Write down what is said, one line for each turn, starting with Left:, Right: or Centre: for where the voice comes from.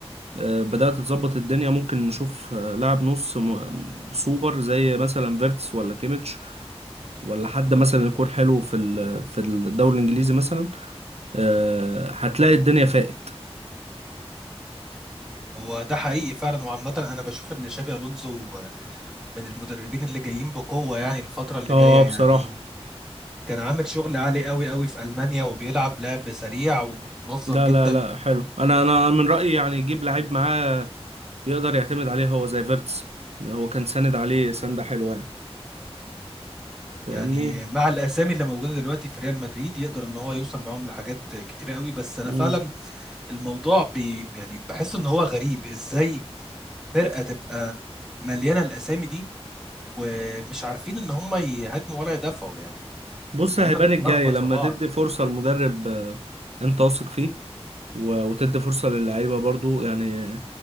Right: آه، بدأت تظبط الدنيا ممكن نشوف آه، لاعب نص م- سوبر زي مثلا فيرتس ولا كيميتش ولا حد مثلا يكون حلو في ال- في الدوري الانجليزي مثلا آه، هتلاقي الدنيا فاقت
Centre: هو ده حقيقي فعلا وعامة أنا بشوف إن شابي ألونسو من المدربين اللي جايين بقوة يعني الفترة اللي
Right: اه
Centre: جاية يعني
Right: بصراحة
Centre: كان عامل شغل عالي قوي قوي في ألمانيا وبيلعب لعب سريع ومنظم
Right: لا
Centre: جدا
Right: لا لا حلو انا انا من رأيي يعني يجيب لعيب معاه يقدر يعتمد عليه هو زي فيرتس هو كان ساند عليه سندة حلوة يعني فاهمني
Centre: يعني مع الأسامي اللي موجودة دلوقتي في ريال مدريد يقدر إن هو يوصل معاهم لحاجات كتيرة قوي بس أنا
Right: مم.
Centre: فعلا الموضوع بي يعني بحس إن هو غريب إزاي فرقة تبقى مليانة الأسامي دي ومش عارفين إن هم يهاجموا ولا يدافعوا يعني
Right: بص
Centre: اللعيبة
Right: هيبان
Centre: بتتلخبط
Right: الجاي لما
Centre: في بعض
Right: تدي فرصة لمدرب آه، انت واثق فيه و- وتدي فرصة للعيبة برضو يعني